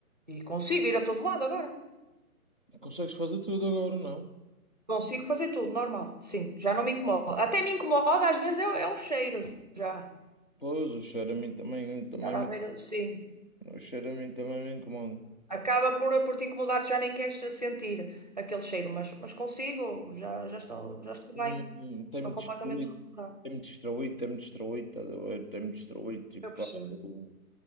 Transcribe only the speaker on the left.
Consegues fazer tudo agora, não?
Pois, o cheiro a mim também, também
me,
o cheiro a mim também me incomoda.
Hum,
Tem-me
destruído.
Tem-me distraído, tem-me distraído, estás a ver? Tem-me distraído, tipo,
pá, eu,